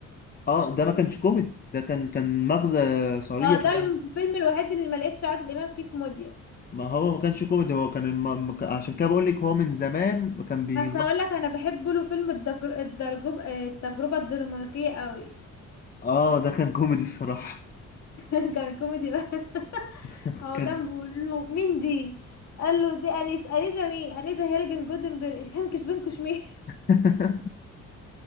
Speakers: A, on the left; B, on the left.
A: اه ده ما كانش كوميدي ده كان كان مغزى صريح
B: اه ده
A: يعني
B: الفيلم الوحيد اللي ما لقيتش عادل امام فيه كوميديا
A: ما هو ما كانش كوميدي هو كان الم... ما كان- عشان كده بقولك هو من زمان كان بيغير
B: بس هقول لك انا بحب له فيلم الدجر... الدرجوب... آه، التجربه الدنماركيه قوي
A: اه ده كان كوميدي صراحة
B: <laughs> كان كوميدي بس <laughs>
A: <laughs>
B: هو
A: كان
B: كان بيقول له مين دي قال له دي انيت انيتا مين انيتا هيرجن جودنبرج <laughs> هنكش بنكش مين
A: <laughs>